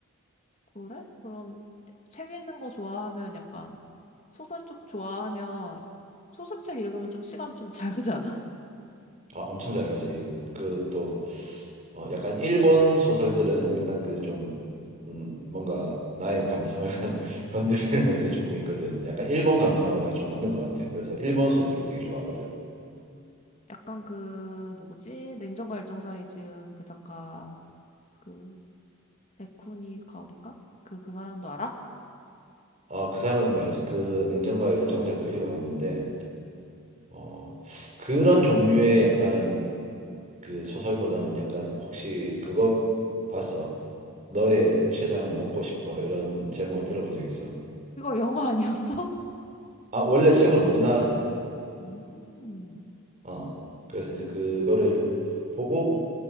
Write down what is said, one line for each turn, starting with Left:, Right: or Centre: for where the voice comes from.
Left: 그래? 그럼 책 읽는 거 좋아하면 약간 소설 쪽 좋아하면 소설책 읽으면 좀 시간 좀 잘 가잖아.
Right: 아, 엄청 잘 가지. 그 또, 어, 약간 일본 소설들은 약간 그 좀, 음, 뭔가 나의 감성을 <laughs> 건- 건드리는 것들이 조금 있거든. 약간 일본 감성하고 내가 좀 맞는 것 같아. 그래서 일본 소설을 되게 좋아하거든.
Left: <laughs> 약간 그 누구지? 냉정과 열정 사이 지은 그 작가 그 에쿠니 가오린가? 그, 그 사람도 알아?
Right: 아, 그 사람도 알지. 그 냉정과의 열정사에도 읽어봤는데, 어, 그런 종류의 약간 그 소설보다는 약간 혹시 그거 봤어? 너의 췌장을 먹고 싶어. 이런 제목을 들어본 적 있어?
Left: 그거 영화 아니었어?
Right: 아, 원래 책으로 먼저 나왔어.
Left: <laughs> 음.
Right: 어, 그래서 이제 그거를 보고